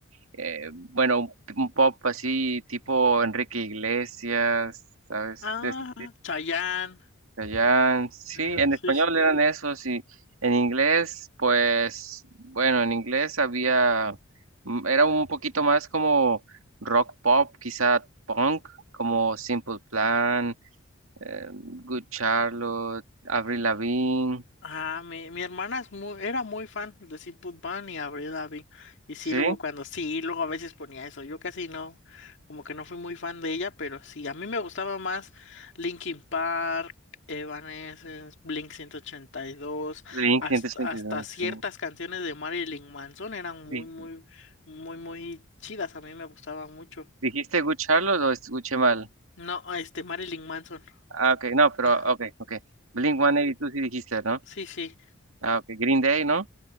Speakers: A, on the right; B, on the left.
A: eh, bueno, un, un pop así tipo Enrique Iglesias, ¿sabes?
B: Ah,
A: De ese
B: Chayanne.
A: Allá, en- sí,
B: Ajá,
A: en
B: sí,
A: español
B: sí.
A: eran esos y en inglés, pues, bueno, en inglés había, mm, era un poquito más como rock pop, quizá punk, como Simple Plan, eh, Good Charlotte, Avril Lavigne,
B: Ah, mi, mi hermana es muy, era muy fan de Simple Plan y Avril Lavigne. Y sí,
A: ¿sí?
B: luego cuando sí, luego a veces ponía eso. Yo casi no, como que no fui muy fan de ella, pero sí, a mí me gustaba más Linkin Park, Evanescence, Blink 182,
A: Blink
B: hasta,
A: ciento ochenta
B: hasta
A: y dos
B: ciertas
A: sí.
B: canciones de Marilyn Manson eran muy,
A: Di-
B: muy, muy, muy chidas. A mí me gustaban mucho.
A: ¿Dijiste Good Charlotte o escuché mal?
B: No, este, Marilyn Manson.
A: Ah, ok, no, pero,
B: Ajá,
A: ok, ok. Blink 182 sí dijiste, ¿no?
B: Sí, sí.
A: Ah, ok, Green Day, ¿no?